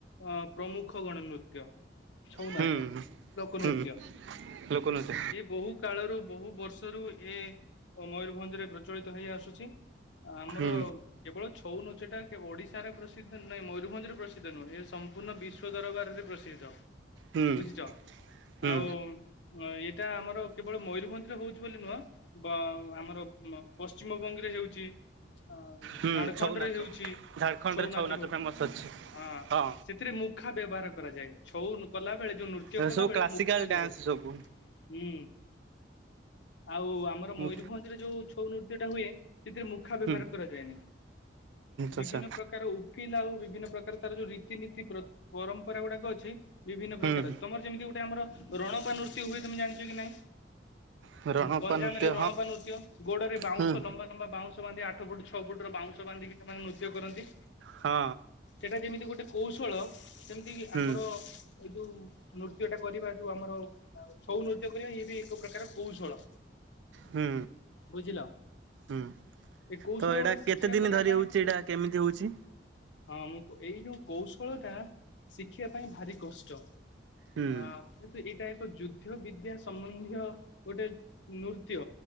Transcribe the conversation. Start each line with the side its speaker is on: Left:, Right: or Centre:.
Left: ଅ ପ୍ରମୁଖ ଗଣନୃତ୍ୟ। ଛଉନାଚ
Right: ହୁଁ
Left: ଲୋକନୃତ୍ୟ
Right: ହୁଁ ଲୋକନୃତ୍ୟ
Left: ଇଏ ବହୁତ କାଳରୁ ବହୁ ବର୍ଷରୁ ଏ ମୟୂରଭଞ୍ଜ ରେ ପ୍ରଚଳିତ ହେଇ ଆସୁଚି। ଆମର
Right: ହୁଁ
Left: କେବଳ ଛଉ ନାଚଟା ଓଡିଶାରେ ପ୍ରସିଦ୍ଧ ନୁହେଁ ମୟୂରଭଞ୍ଜରେ ପ୍ରସିଦ୍ଧ ନୁହେଁ ଏ ପୂର୍ଣ୍ଣ ବିଶ୍ଵ ଦରବାରରେ ପ୍ରସିଦ୍ଧ
Right: ହୁଁ
Left: ବୁଝିଛ
Right: ହୁଁ
Left: ଆଉ ହଁ ଏଇଟା ଆମର କେବଳ ମୟରଭଞ୍ଜ ରେ ହଉଛି ବୋଲି ନୁହଁ। ବା ଆମର ପଶ୍ଚିମବଙ୍ଗରେ ହେଉଛି ଆଉ
Right: ହୁଁ
Left: ଝାଡଖଣ୍ଡ
Right: ଛଉ ନାଚ
Left: ରେ ହେଉଛି
Right: ଝାଡ଼ଖଣ୍ଡରେ
Left: ଛଉନାଚ
Right: ଛଉ ନାଚ
Left: ହଁ
Right: ଫେମସ୍ ଅଛି ହଁ
Left: ସେଥିରେ ମୁଖା ବ୍ୟବହାର କରାଯାଏ ଛଉ କଲା ବେଳେ ଯୋଉ ନୃତ୍ୟ ନୃତ୍ୟ
Right: ଏ
Left: କଲା
Right: ସବୁ
Left: ବେଳେ
Right: କ୍ଲାସିକାଲ
Left: ମୁଖା ବ୍ୟବହୃତ
Right: ଡ୍ୟାନ୍ସ ସବୁ
Left: ହୁଁ। ଆଉ ଆମର
Right: ହୁଁ
Left: ମୟୂରଭଞ୍ଜରେ ଯୋଉ ଛଉ ନୃତ୍ୟ ଟା ହୁଏ ସେଥିରେ ମୁଖ ମୁଖା ବ୍ୟବହାର
Right: ହୁଁ
Left: କରାଯାଏନି ବିଭିନ୍ନ
Right: ଆଚ୍ଛା
Left: ପ୍ରକାର ଥିଲା ଆଉ ବିଭିନ୍ନ ପ୍ରକାର ତାର ଯୋଉ ରୀତିନୀତି ପ୍ରତି ପରମ୍ପରା ଗୁଡ଼ାକ ଅଛି। ବିଭିନ୍ନ
Right: ହୁଁ
Left: ପ୍ରକାର ତମର ଯେମିତି ଗୋଟେ ଆମର ରଣପା ନୃତି ହୁଏ ତମେ ଜାଣିଚ କି ନାଇଁ?
Right: ହଁ। ରଣପା
Left: ଗଞ୍ଜାମ
Right: ନୃତ୍ୟ
Left: ରେ ରଣପା ନୃତ୍ୟ ଗୋଡ଼ରେ ବାଉଁଶ
Right: ହୁଁ
Left: ଲମ୍ବା ଲମ୍ବା ବାଉଁଶ ବାନ୍ଧି ଆଠ ଫୁଟ ଛଅ ଫୁଟ ର ବାଉଁଶ ବାନ୍ଧିକି? ସେ ମାନେ ନୃତ୍ୟ କରନ୍ତି।
Right: ହଁ।
Left: ସେଟା ଯେମିତି ଗୋଟେ କୌଶଳ ଯେମିତିକି
Right: ହୁଁ
Left: ଆମର ଏଇ ଯୋଉ ନୃତ୍ୟଟା କରିବା ଯୋଉ ଆମର ଆଉ ଛଉ ନୃତ୍ୟ କରିବା ଇଏ ବି ଏକ ପ୍ରକାର କୌଶଳ
Right: ହୁଁ
Left: ବୁଝିଲ।
Right: ହୁଁ
Left: ଏ କୌଶଳ
Right: ତ ଏଇଟା
Left: ଗୋଡ଼ା ଶିକ୍ଷା
Right: କେତେ ଦିନ
Left: କରିବା
Right: ଧରି
Left: ପାଇଁ
Right: ହଉଛି ଏଇଟା କେମିତି ହଉଛି?
Left: ହଁ ମୁଁ ଏଇ ଯୋଉ କୌଶଳ ଟା ଶିଖିବା ପାଇଁ ଭାରି କଷ୍ଟ
Right: ହୁଁ
Left: ଆ କିନ୍ତୁ ଏଇଟା ଏକ ଯୁଦ୍ଧ ବିଦ୍ୟା ସମ୍ବନ୍ଧୀୟ ଗୋଟେ ନୃତ୍ୟ।